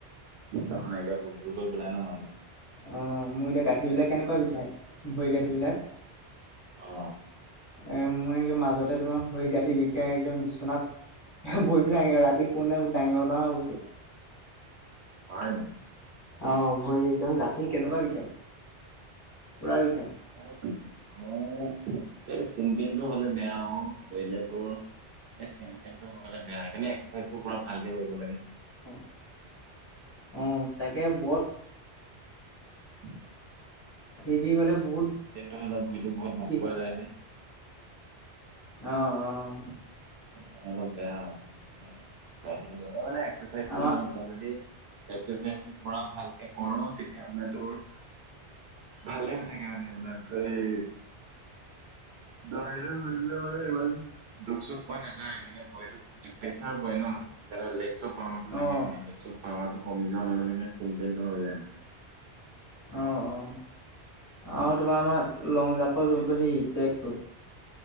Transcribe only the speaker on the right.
একদম নাইকিয়া দূৰ্বল কৰি পেলাই ন মানুহ
অ
হয় নি?
মৌ মৌ এই চিমপেইনটো হ'লে বেয়া অ', ধৰিলে তোৰ এই চিমপেইন টো‌ হৈ গলে বেয়া, সেইকাৰণে এক্সাৰচাইজ বোৰ‌ পূৰা ভালকে কৰিব লাগে।
<inaudible>
দিনটো হ'লে ভৰিটো বহুত দূখ
যায় যে
সেইটো কাৰণে অলপ বেয়া‌ আও বুজিছানে চাই‌চিতি মানে এক্সাৰচাইজ
টো মেইন। তই যদি এক্সাৰচাইজ পোৰা ভালকে কৰো তেতিয়া মানে তোৰ ভালে হৈ থাকে মানে এইবিলাক, এই <unintelligible> দুখ চুখ পোৱা নাযায়, মানে ভৰিটোত প্ৰেচাৰ পৰে ন, সেইকাৰণে লেকচত পাৱাৰটো
লাগে মানে, ‌লেকচত ‌ পাৱাৰ টো কমি যোৱাৰ লগে লগে চিম পেইনটো হৈ যায় মানে
কেলে